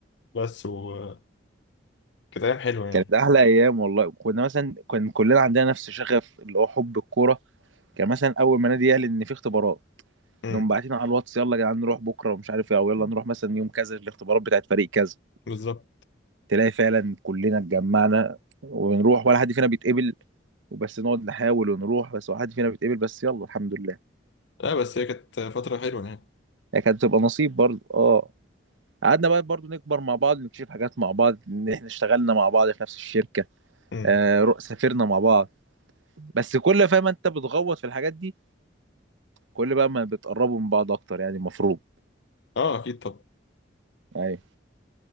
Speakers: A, on the left (about 65°); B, on the right (about 80°).
A: بس وكانت ايام حلوه يعني
B: كانت احلى ايام والله كنا مثلا كان كلنا عندنا نفس شغف اللي هو حب الكوره كان مثلا اول ما نادي يعلن ان في اختبارات
A: امم
B: نقوم باعتين على الواتس يلا يا جدعان نروح بكره ومش عارف ايه او يلا نروح مثلا يوم كذا الاختبارات بتاعت فريق كذا
A: بالظبط
B: تلاقي فعلا كلنا اتجمعنا ونروح ولا حد فينا بيتقبل وبس نقعد نحاول ونروح بس ولا حد فينا بيتقبل بس يلا الحمد لله
A: لا بس هي كانت فتره حلوه يعني
B: هي كانت بتبقى نصيب برضه اه قعدنا بقى برضه نكبر مع بعض نكتشف حاجات مع بعض ان احنا اشتغلنا مع بعض في نفس الشركة
A: امم
B: آه رو- سافرنا مع بعض بس كل فاهم انت بتغوط في الحاجات دي كل بقى ما بتقربوا من بعض اكتر يعني المفروض
A: اه اكيد طب
B: ايوه